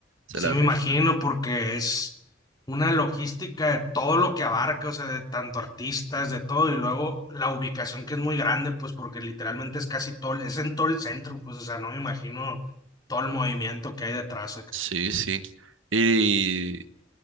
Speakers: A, on the right; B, on the left.
A: Se
B: Sí,
A: la
B: me
A: rifan.
B: imagino, porque es una logística de todo lo que abarca, o sea, de tanto artistas, de todo, y luego la ubicación que es muy grande, pues porque literalmente es casi todo, el- es en todo el centro, pues, o sea, no me imagino todo el movimiento que hay detrás acá.
A: Sí, sí. Y